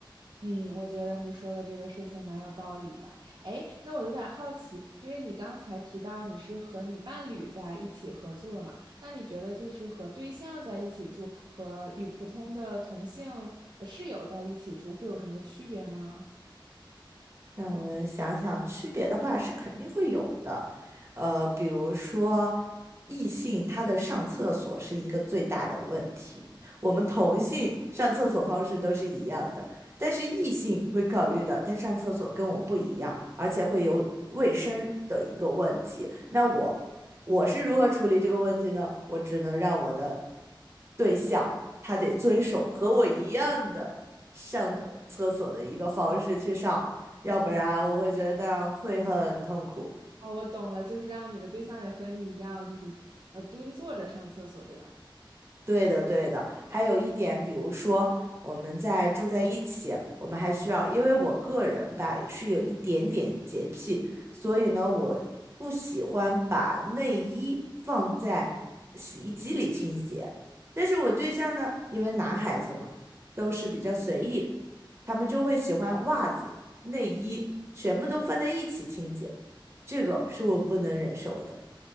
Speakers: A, on the right; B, on the right.
A: 嗯，我觉得你说的这个事情蛮有道理的。哎，那我有点好奇，因为你刚才提到你是和你伴侣在一起合租了嘛？那你觉得就是和对象在一起住和与普通的同性呃室友在一起住会有什么区别吗？
B: 让我们想想，区别的话是肯定会有的，呃，比如说异性他的上厕所是一个最大的问题，我们同性上厕所方式都是一样的，但是异性会考虑的，他上厕所跟我们不一样，而且会有卫生的一个问题。那我我是如何处理这个问题呢？我只能让我的对象他得遵守和我一样的上厕所的一个方式去上。要不然我会觉得会很痛苦。
A: 哦哦，我懂了，就是让你的对象也和你一样，就是呃蹲坐着上厕所，对吧？
B: 对的，对的。还有一点，比如说我们在住在一起，我们还需要，因为我个人吧是有一点点洁癖，所以呢，我不喜欢把内衣放在洗衣机里清洁。但是我对象呢，因为男孩子嘛，都是比较随意，他们就会喜欢袜子、内衣全部都放在一起清洁，这个是我不能忍受的。